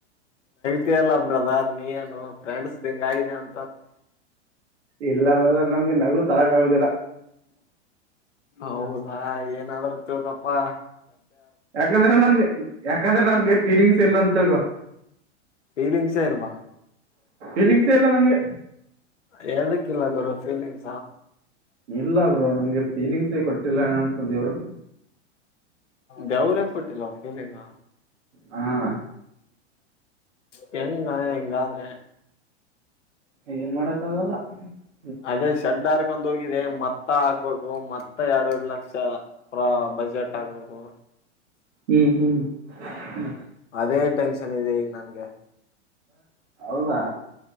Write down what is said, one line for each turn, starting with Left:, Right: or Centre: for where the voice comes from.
Left: ತೆ ಅಲ್ಲ ಬ್ರದರ್ ನೀ ಏನು ಫ್ರೆಂಡ್ಸ್ದಿಂಗ್ ಆಗಿದೆ ಅಂ
Right: ಇಲ್ಲ ಬ್ರದರ್ ನಮ್ಗೆ ನಗು ತಳಕ್ ಆಗೋದಿಲ್ಲ.
Left: ಹೌದಾ ಏನಾದ್ರ ತು ಗೊಫಾ.
Right: ಯಾಕಂದ್ರೆ ನಮ್ಗೆ ಯಾಕಂದ್ರೆ ನಮ್ಗೆ ಫೀಲಿಂಗ್ಸ್. ತಿಲ್ ಅಂತಗ.
Left: ಫೀಲಿಂಗ್ಸೇ ಇಲ್ವ.
Right: ಇಲ್ಲಿಂಗ್ಸೆ ಎಲ್ಲ ನಮ್ಗೆ.
Left: ಹೇಳ್ಬೇಕಿಲ್ಲ ಗುರು. ಫೀಲಿಂಗ್
Right: ಇಲ್ಲ ಬ್ರೊ ನಮ್ಗೆ ಫೀಲಿಂಗ್ಸೇ ಕೊಟ್ಟಿಲ್ಲ ಅನ್ಸುತ್ತೆ ದೇವ್ರು.
Left: ದೇವ್ರೇ ಕೊಟ್ಟಿಲ್ಲ ಫೀಲಿಂಗ.
Right: ಹಾ
Left: ಹೆಂಗ ಹಿಂಗಾದ್ರೆ.
Right: ಏನ್ ಮಾಡಕ್ ಆಗಲ್ಲ. ಹ್ಮ
Left: ಅದೇ ಶಡ್ ಹಾರ್ಕೊಂಡ್ ಹೋಗಿದೆ ಮತ್ತ ಮತ್ತ ಹಾಕ್ಬೇಕು ಮತ್ತ ಎರಡು ಎರಡ್ ಲಕ್ಷ ಪ್ರ ಬಜೆಟ್ ಹಾಕ್ಬೇಕು
Right: ಹ್ಮ್ ಹ್ಮ್ ಹ್ಮ್
Left: ಅದೇ ಟೆನ್ಷನ್ ಇದೆ ಈಗ್ ನನ್ಗೆ
Right: ಹೌದಾ